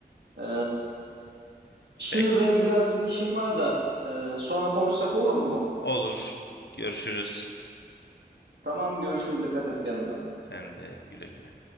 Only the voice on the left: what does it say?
Bek
olur. Görüşürüz.
Sen de güle güle.